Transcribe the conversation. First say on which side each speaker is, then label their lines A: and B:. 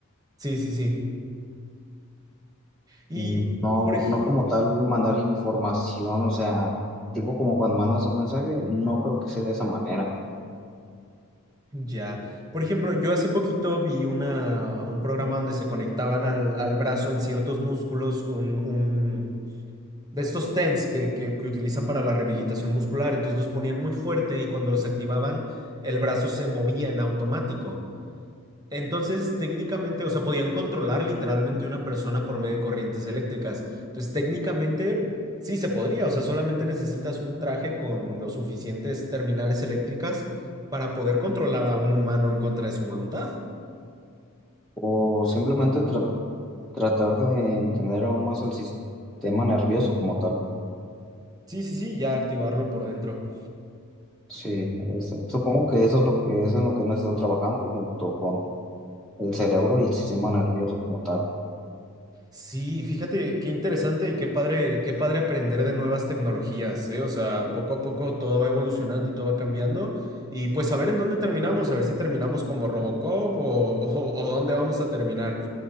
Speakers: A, on the right; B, in the centre.
A: Sí, sí, sí. Y
B: Mm, No,
A: por, ej-
B: no como tal mandar información, o sea, tipo como cuando mandas un mensaje, no creo que sea de esa manera.
A: ya. Por ejemplo, yo hace poquito vi una, un programa donde se conectaban al, al brazo en ciertos músculos un, un- de estos TENS que, que, que utilizan para la rehabilitación muscular. Entonces los ponían muy fuerte y cuando los activaban, el brazo se movía en automático. Entonces, técnicamente, o sea, podían controlar literalmente una persona por medio de corrientes eléctricas. Entonces, técnicamente, sí se podría. O sea, solamente necesitas un traje con los suficientes terminales eléctricas para poder controlar a un humano en contra de su voluntad.
B: O simplemente tra- tratar de entender aún más el sistema nervioso como tal.
A: Sí, sí, sí, ya activarlo por dentro.
B: Sí, es- supongo que eso es lo que es en lo que hemos estado trabajando junto con el cerebro y el sistema nervioso como tal.
A: Sí, fíjate qué interesante y qué padre, qué padre aprender de nuevas tecnologías, ¿eh? O sea, poco a poco todo va evolucionando y todo va cambiando. Y pues a ver en dónde terminamos, a ver si terminamos como Robocop o, <laughs> o, o dónde vamos a terminar.